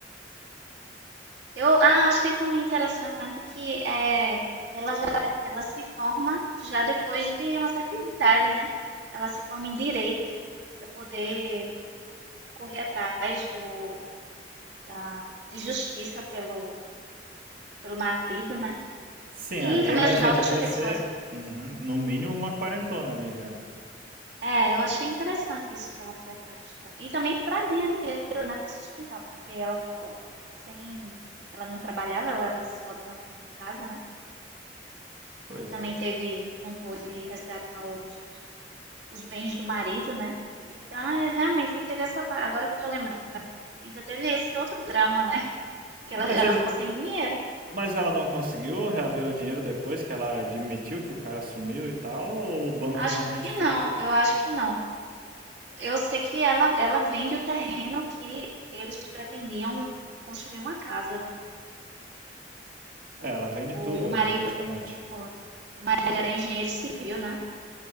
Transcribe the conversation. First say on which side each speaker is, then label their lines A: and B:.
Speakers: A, on the right; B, on the right.
A: Eu, ah, achei também interessante que é, ela já ela se forma já depois de uma certa idade, né? Ela se forma em direito para poder correr atrás do, da, de justiça pelo, pelo marido, né?
B: Sim,
A: E
B: ali
A: também
B: ela
A: ajudar
B: já devia
A: outras pessoas.
B: ser, uhum, no mínimo, uma quarentona ali já.
A: É, eu achei interessante isso que ela foi atrás de ajudar. E também para ganhar dinheiro, né, para sustentar, porque ela ficou sem. Ela não trabalhava, ela era só dona de casa, né?
B: Pois
A: E também
B: é.
A: teve, não pôde resgatar os, os bens do marido, né? E, ah, é, realmente teve essa. Agora que eu tô lembrando. Ainda teve esse outro drama, né? Que
B: Mas,
A: ela, ela
B: ele,
A: ficou sem dinheiro.
B: mas ela não conseguiu reaver o dinheiro depois que ela admitiu que o cara sumiu e tal, ou o banco
A: Acho
B: realmente
A: que
B: ficou?
A: não, eu acho que não. Eu sei que ela, ela vende o terreno que eles pretendiam construir uma casa, né?
B: É, ela vende
A: O,
B: tudo
A: o
B: ali
A: marido
B: praticamente.
A: foi. O marido era engenheiro civil, né?